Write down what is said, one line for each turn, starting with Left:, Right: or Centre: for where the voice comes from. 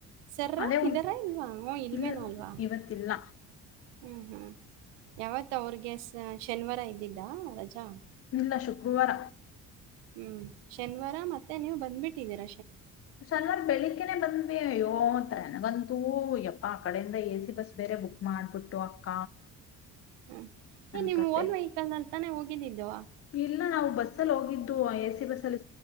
Right: ಸರ
Left: ಅದೇ
Right: ಇದ್ದಾರಾ ಇಲ್ವಾ ಹ್ಞೂ ಇಲ್ವೇನೋ
Left: ಇ
Right: ಅಲ್ವಾ
Left: ಇವತ್ತಲ್ಲ
Right: ಹ್ಮ್ ಹ್ಮ್ ಯಾವತ್ ಅವ್ರಗೆಸ. ಶನಿವಾರ ಇದ್ದಿಲ್ಲ ರಜಾ.
Left: ಇಲ್ಲ ಶುಕ್ರವಾರ.
Right: ಹ್ಮ್ ಶನಿವಾರ ಮತ್ತೆ ನೀವು ಬಂದ್ಬಿಟ್ಟಿದ್ದೀರ.
Left: ಸನವಾರ ಬೆಳಿಗ್ನೆ ಬಂದ. ಅಯ್ಯೋತ್ರನಗಂತೂ ಯಪ್ಪಾ ಆ ಕಡೆಯಿಂದ ಎ ಸಿ ಬಸ್ ಬೇರೆ ಬುಕ್ ಮಾಡ್ಬಿಟ್ಟು ಅಕ್ಕ.
Right: ಹ್ಮ
Left: ನನ್
Right: ನಿಮ್
Left: ಕತೆ
Right: ಓನ್ ವೆಹಿಕಲ್ ನಲ್ಲಿತಾನೆ ಹೋಗ ನೀಡಿಂದ.
Left: ಇಲ್ಲ ನಾವು. ಬಸ್ ಅಲ್ಲಿ ಹೋಗಿದ್ದು ಎ ಸಿ ಬಸ್ ಅಲ್ಲಿ.